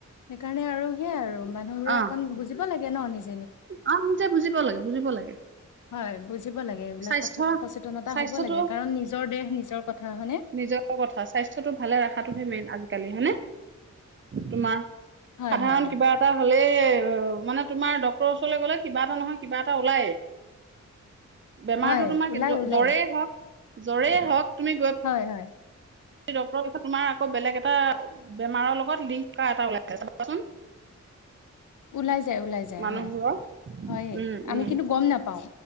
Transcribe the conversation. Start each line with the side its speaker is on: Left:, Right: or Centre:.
Left: সেইকাৰণে আৰু সেয়াই আৰু মানুহবোৰে
Right: অ
Left: অকণ বুজিব লাগে ন নি
Right: অ নিজে বুজিব লাগে বুজিব লাগে
Left: হয় বুজিব লাগে এইবিলাক
Right: স্বাস্থ্য
Left: কথাত সচেতনতা
Right: স্বাস্থ্যটো
Left: হ'ব লাগে কাৰণ নিজৰ দেহ নিজৰ কথা হনে
Right: নিজৰ কথা স্বাস্থ্যটো ভালে ৰখাটোহে মেইন আজিকালি হয়নে? তোমাৰ
Left: হয়
Right: সাধাৰণ
Left: হয় হয়
Right: কিবা এটা হ'লে মানে তোমাৰ ডক্টৰ ওচৰলৈ গ'লে কিবা এটা নহয় কিবা এটা ওলাই। বেমাৰতো
Left: হয়
Right: তোমাক
Left: ওলাই ওলাই
Right: জ্বৰে হওক জ্বৰেই হওক তুমি-
Left: হয় হয়।
Right: ডক্টৰৰ ক তোমাৰ আকৌ বেলেগ এটা বেমাৰৰ লগত লিংক কৰা এটা ওলাইছে চাবাচোন <inaudible>
Left: ওলাই যায় ওলাই যায়
Right: মানুহবোৰৰ
Left: হয় হয়ে
Right: উম
Left: আমি
Right: উম
Left: কিন্তু গম নাপাও।